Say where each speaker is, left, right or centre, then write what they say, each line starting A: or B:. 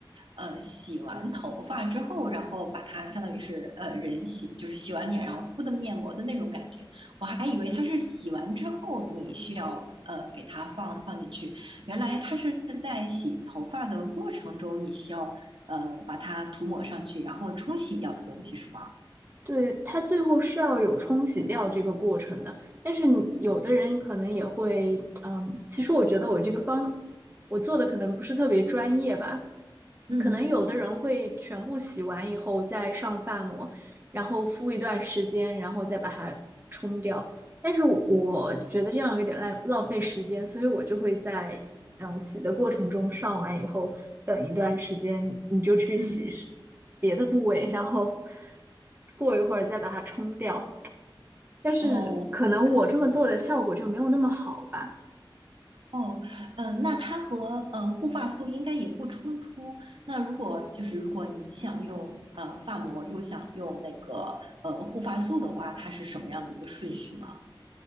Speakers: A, on the right; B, on the right.
A: 呃洗完头发之后，然后把它相当于是呃人洗就是洗完脸然后敷的面膜的那种感觉，我还以为它是洗完之后你需要呃给它放放进去，原来它是在洗头发的过程中你需要呃把它涂抹上去，然后冲洗掉的东西是吗？
B: 对，它最后是要有冲洗掉这个过程的，但是你有的人可能也会，嗯，其实我觉得我这个方，我做的可能不是特别专业吧，
A: 嗯。
B: 可能有的人会全部洗完以后再上发膜，然后敷一段时间，然后再把它冲掉。但是我觉得这样有点浪浪费时间，所以我就会在嗯、呃洗的过程中上完以后等一段时间，你就去洗是
A: 嗯，
B: 别的部位，然后过一会儿再把它冲掉。但是可能我这么做的效果就没有那么好吧。
A: 哦，我明白了。哦，嗯，那它和呃护发素应该也不冲突。那如果就是如果你既想用呃发膜，又想用那个呃护发素的话，它是什么样的一个顺序呢？